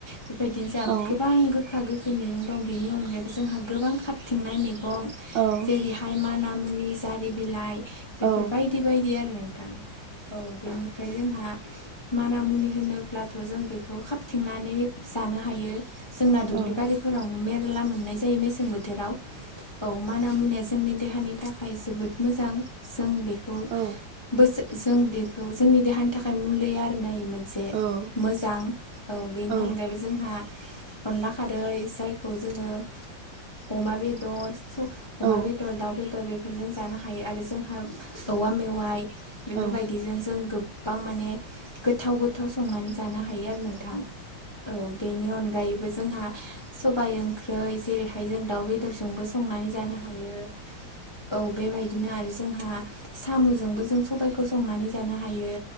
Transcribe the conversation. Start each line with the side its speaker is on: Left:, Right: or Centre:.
Left: बेफोरबायदिनो जा
Right: औ
Left: गोबां गोखा गो खै मैगं दं। बेनि अनगायैबो जोंहा गोबां खारथिंनाय मैगं
Right: औ
Left: जेरैहाय माना मुनि जारि बिलाइ बेफोर
Right: औ
Left: बायदि बायदि आरो। नोंथां औ बेनिफ्राय जोंहा माना मुनि होनोब्लाथ' जों बे खौ खाबथिंनानै जानो हायो जोंना दुब्लि
Right: औ
Left: बारिफोरावनो मेर ला मोननाय जायो मेसें बोथोराव औ माना मुनिया जोंनि देहानि थाखाय जोबोद मोजां जों बेखौ
Right: औ
Left: बोसो- जों बेखौ जोंनि देहानि थाखाय मुलि आरो नायो मोनसे
Right: औ
Left: मोजां। औ बेनि
Right: औ
Left: अनगायैबो जोंहा अनला खारै जायखौ जोङो अमा बेदर अमा
Right: औ
Left: बेदर दाउ बेदर बेफोरजों जानो हायो आरो जोंहा औवा मेवाय बेफोरबायदिजों
Right: औ
Left: जों गोबां माने गोथाव गोथाव संनानै जानो हायो आरो नों थां औ बेनि अनगायै बो जोंहा सबाय ओंख्रि जेरैहाय जों दाउ बेदरजोंबो संनानै जानो हायो। औ बेबायदिनो आरो जोंहा साम'जोंबो जों सबायखौ संनानै जानो हायो।